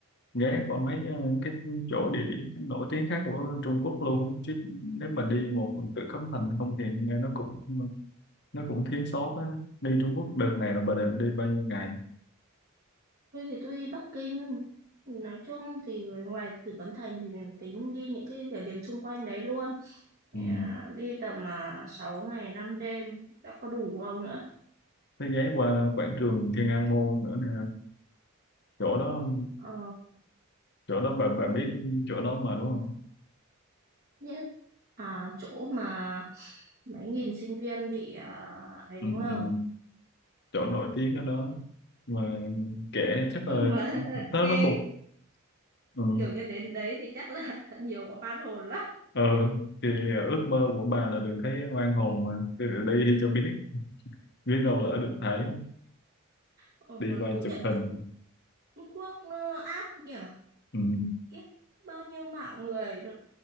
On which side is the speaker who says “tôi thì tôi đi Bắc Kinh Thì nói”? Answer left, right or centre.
Right